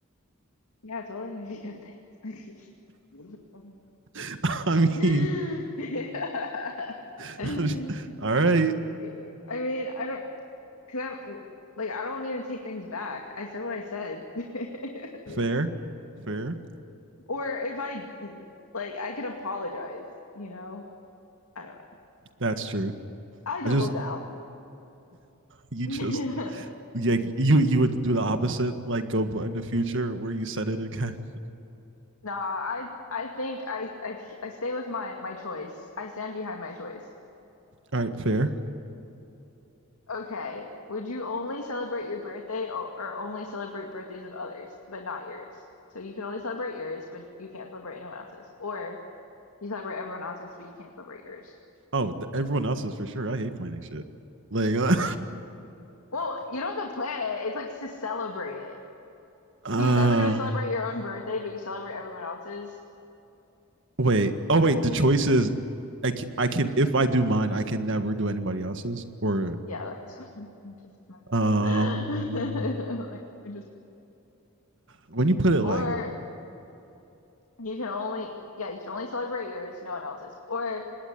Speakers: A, on the left (about 85°); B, on the right (about 60°).
A: Yeah, it's only gonna be good things. <laughs>
B: <laughs> I
A: Yeah.
B: mean,
A: <laughs>
B: <laughs>
A: I mean,
B: all right.
A: I mean, I don't, cause I'm like, I don't need to take things back. I said what I said. <laughs>
B: Fair,
A: Like,
B: fair.
A: or if I like, I could apologize, you know? I don't know.
B: That's true.
A: I double
B: I just
A: down.
B: you
A: <laughs>
B: just yeah you you would do the opposite, like go in the future where you said it again. <laughs>
A: Nah, I I think I, I I stay with my my choice. I stand behind my choice.
B: All right, fair.
A: Okay. Would you only celebrate your birthday or, or only celebrate birthdays of others, but not yours? So you can only celebrate yours, but you can't celebrate anyone else's. Or you celebrate everyone else's, but you can't celebrate yours.
B: Oh, th- everyone else is for sure. I hate planning shit. Like, uh,
A: Well, you don't have to plan it. It's like to celebrate it.
B: <laughs>
A: So you're never gonna celebrate
B: uh
A: your own birthday, but you celebrate everyone else's.
B: wait. Oh, wait. The choice is, I can, I can if I do mine, I can never do anybody else's. Or
A: Yeah, that's <laughs> we just messed
B: um,
A: up. <laughs> Like we just
B: when you put it like
A: or
B: that,
A: you can only yeah, you can only celebrate yours, no one else's. Or